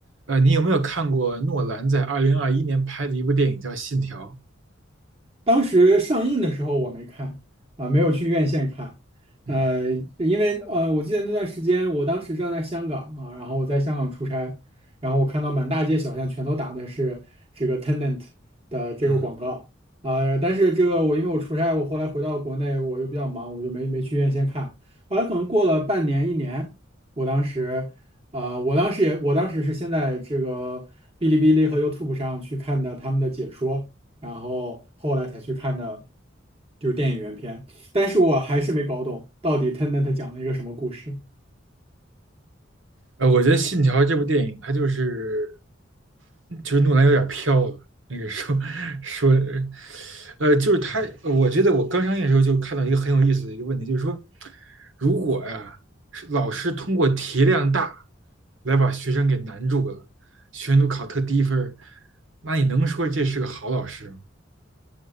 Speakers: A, on the right (about 75°); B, on the right (about 30°).
A: 呃，你有没有看过诺兰在二零二一年拍的一部电影叫《信条》？
B: 当时上映的时候我没看啊、没有去院线看。
A: 嗯
B: 呃，因为呃，我记得那段时间，我当时正在香港啊，然后我在香港出差，然后我看到满大街小巷全都打的是这个 Tenant 的这个广告啊、
A: 嗯，
B: 但是这个我因为我出差，我后来回到国内，我又比较忙，我就没没去院线看。后来可能过了半年一年，我当时啊、我当时也我当时是先在这个哔哩哔哩和 YouTube 上去看的他们的解说。然后后来才去看的，就是电影原片。但是我还是没搞懂到底 Tenet 讲了一个什么故事。
A: 呃，我觉得《信条》这部电影，它就是就是诺兰有点飘了。那个说说，呃，就是他，我觉得我刚上映的时候就看到一个很有意思的一个问题，就是说，如果呀、是老师通过题量大来把学生给难住了，学生都考特低分儿那你能说这是个好老师吗？